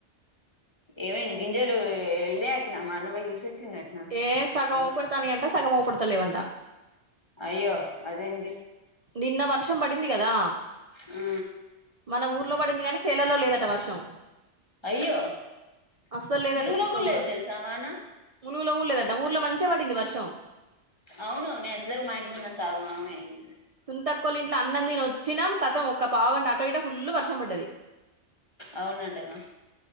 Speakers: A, on the left; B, on the right.
A: ఏమైంది గింజాలు వెళ్లాయఅట్నా మా అన్న పోయి చూసొచ్చిండటనా
B: ఏ సగం
A: మన
B: ఊపడతాని అంట సగం ఊపడతా లేవంట
A: అయ్యో అదేంది
B: నిన్న వర్షం పడింది కదా
A: ఉ
B: మన ఊర్లో పడింది గాని చేలలో లేదట వర్షం
A: అయ్యో
B: అస్సలు లేదట
A: ములుగులో
B: చుక్క
A: కూడా లేదు తెల్సా వాన
B: ములుగులో కూడా లేదంట ఊర్లో మంచిగ పడింది వర్షం
A: అవును నెజ్జరు మా ఇంటిముందు అంతా ఆగమాగం అయింది
B: సుంతక్కోలి ఇంట్లో అన్నం తిని వచ్చినాం కతం ఒక పావుగంట అటో ఇటో ఫుల్ వర్షం పడ్డది
A: అవునంటగా